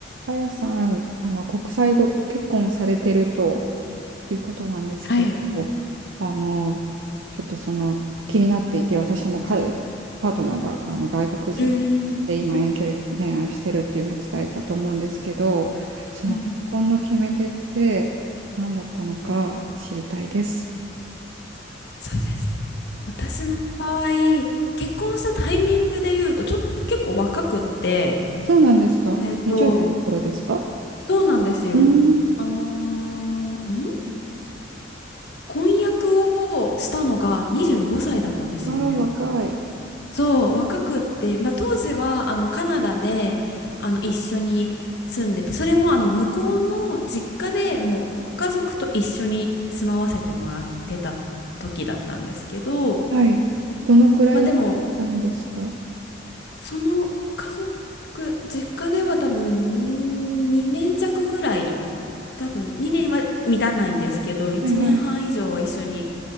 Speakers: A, on the right (about 75°); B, on the left (about 55°).
A: あやさん、あの、国際ご結婚されてるということなんですけど、
B: はい。う
A: あの、ちょっとその気になっていて、私も彼パートナーがあの外国人で今遠距離恋愛をしてるっていうのを伝えたと思うんですけど、
B: ーん。
A: その結婚の決め手って何だったのか知りたいです。
B: うん。そうですね。私の場合、結婚したタイミングで言うと、ちょっと結構若くって、
A: そうなんですか
B: えっと、
A: ?20 代の頃ですか
B: そうなんですよ。
A: うん、
B: あのーん婚約をしたのが25歳だったんですよね。
A: わあ、若い。
B: そう、若くって、まあ、当時はあのカナダであの一緒に住んでて、それもあの向こうの実家でもうご家族と一緒に住まわせてもらってた時だったんですけど、
A: はい。どのくらいなんですかは
B: まあでも、その家族、実家では多分2年弱ぐらい、多分2年は満たないんですけど、1年半以上は一緒に
A: いはい。